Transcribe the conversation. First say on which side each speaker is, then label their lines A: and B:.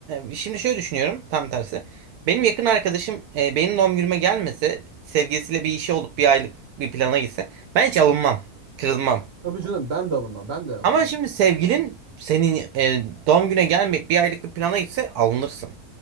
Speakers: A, on the right (about 80°); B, on the right (about 40°).
A: e, şimdi şöyle düşünüyorum tam tersi. Benim yakın arkadaşım e, benim doğum günüme gelmese sevgilisiyle bir işi olup bir aylık bir plana gitse ben hiç alınmam. Kırılmam.
B: Tabii canım ben de alınmam. Ben de alınmam.
A: Ama şimdi sevgilin senin e, doğum güne gelmeyip bir aylık bir plana gitse alınırsın.